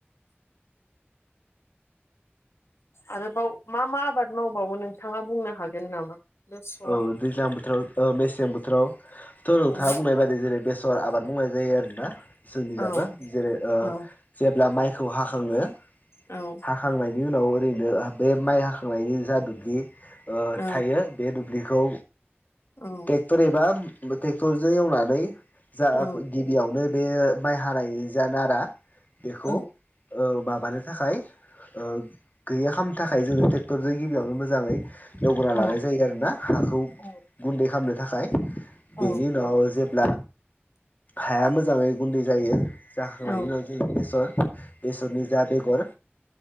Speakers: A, on the left; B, on the left.
A: आरोबाव मा मा आबाद मावबावो नोंथाङा बुंनो हागोन नामा? बेसर
B: औ दैज्लां बोथोराव मेसें बोथोराव थ' नोंथाङा
A: औ
B: बुंनाय बायदि जेरै बे सर आबाद मावनाय जायो आरोना जोंनिजाबो
A: औ
B: जेरै ओ
A: औ
B: जेब्ला माइ खौ हाखाङो
A: औ
B: हाखांनायनि उनाव ओरैनो बे माइ हाखांनायनि जा दुबलि ओ
A: औ
B: थायो बे दुब्लिखौ
A: औ
B: टेक्टर एबा टेक्टरजों एवनानै जा
A: औ
B: गिबियावनो बे माइ हानायनि जा नारा बेखौ
A: औ
B: ओ माबानो थाखाय ओ गैया खामनो थाखाय जोङो टेक्टरजों गिबियावनो मोजाङै एवग्रोना
A: औ
B: लानाय जायोना हाखौ
A: औ
B: गुन्दै खालामनो थाखाय
A: औ
B: बेनि उनाव जे ब्ला हाया मोजाङै गुन्दै जायो जाखांनायनि
A: औ
B: उनाव जों बेसर बेसरनि जा बेगर